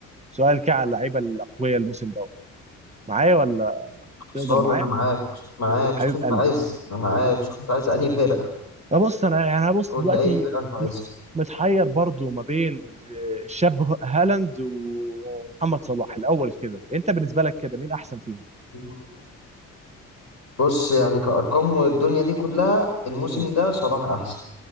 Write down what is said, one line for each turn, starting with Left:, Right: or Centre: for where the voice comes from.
Right: سؤال كده على اللعيبه الاقوياء الموسم ده معايا ولا
Left: خلصان
Right: تقدر معايا
Left: انا معاك معاك
Right: حبيب
Left: شوف انت
Right: قلبي
Left: عايز انا معاك شوف انت عايز انهي فرقه
Right: لا بص انا يعني انا بص
Left: قول
Right: دلوقتي
Left: لي اي فرقه انت عايزها
Right: م- متحير برضو ما بين آه، الشاب هالاند ومحمد صلاح الاول كده انت بالنسبه لك كده مين احسن فيهم
Left: مم. بص يعني كارقام والدنيا دي كلها الموسم
Right: امم
Left: ده صلاح احسن